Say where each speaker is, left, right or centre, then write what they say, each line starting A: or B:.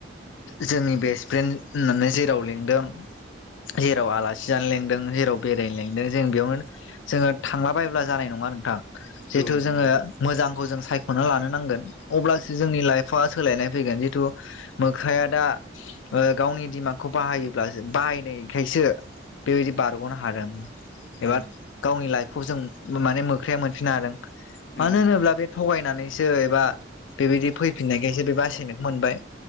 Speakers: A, on the left (about 80°); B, on the left (about 65°).
A: जोंनि बेस फ्रेन होननानै जेराव लिंदों जेराव आलास सि जानो लेंदों जेराव बेरायनो लेंदों जों बेयावनो जोङो थांला बायोब्ला जानाय नंङा नोंथां‌ जिहेथु
B: औ नंगौ
A: जोङो मोजांखौ जों सायख'ना लानो नांगोन अब्लासो जोंनि लाइफआ सोलायनाय फैगोन। जितु मोखाया दा ओ गावनि दिमागखौ बाहायोब्लासो बाहायनायखायसो बेबायदि बारग'नो हादों
B: उम
A: एबा गावनि लाइफखौ जों माने मोख्रया मोनफिननो हादों। मानो
B: उम
A: होनोब्ला बे थगायनानैसो एबा बेबायदि फैफिननायखायसो बे बासायनायखौ मोनबाय